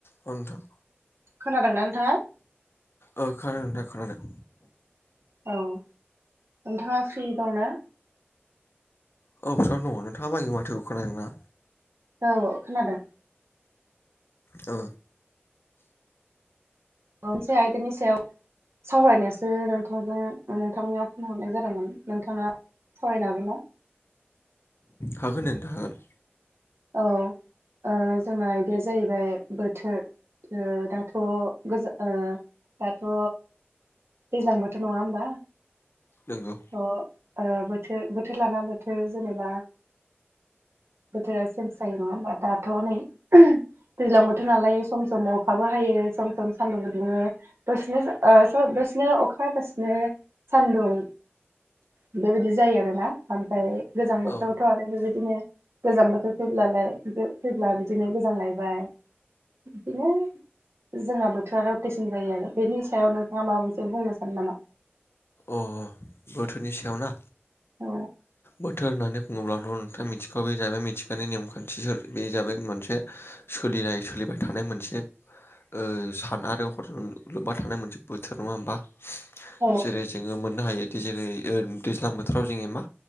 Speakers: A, on the left (about 65°); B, on the right (about 75°).
A: औ नोंथां
B: खोनादोंना नोंथाङा
A: औ खोनादों नोंथां खोनादों
B: औ नोंथाङा फ्रि दं ना?
A: औ फ्रिआवनो दङ नोंथाङाबो आंनि माथोखौ खोनादों ना?
B: औ खोनादों
A: ओ
B: <unintelligible> मोनसे आयदानि सायाव सावरायनोसो नोंथांजों नोंथांनियाव फन हरनाय जादोंमोन नोंथाङा सावरायनो हागोन ना?
A: हागोन नोंथां हागोन
B: औ ओ जोंना इदिया जाहैबाय बोथोर ओ दाथ' गोज ओ दाथ' दैज्लां बोथोर नंङा होमबा
A: नोंगौ
B: अ ओ बोथोर बोथोर लाना बोथोर जेनेबा बोथोरा सेन्स जायो नङा होमबा दाथ' नै दैज्लां बोथोर नालाय सम सम अखाबो हायो सम सम सान्दुंबो दुंङो दसेनो ओ दसेनो अखा दसेनो सान्दुं बेबायदि जायो आरोना ओमफाय गोजां बोथोरावथ'
A: औ
B: आरो बेबायदिनो गोजां बोथोर फैब्लालाय <unintelligible> फैब्ला बिदिनो गोजां लायबाय बिदिनो जोंना बोथोरा रावथेसिन जायो आरो बेनि सायाव नोंथांङा माबा मोनसे बुंनो सानो नामा?
A: अ अ बोथोरनि सायाव ना
B: औ
A: बोथोर होननानै बुङोब्लाथ' नोंथाङा मिथिखाबाय जाहैबाय मिथिखानाय नेमखान्थि <unintelligible> बे जाबाय मोनसे सोलिनाय सोलिबाय थानाय मोनसे ओ सान आरो हर लोब्बा थानाय मोनसे बोथोर नङा होमबा
B: औ
A: जेरै जोङो मोननो हायोदि जेरै ओ दैज्लां बोथोराव जोङो मा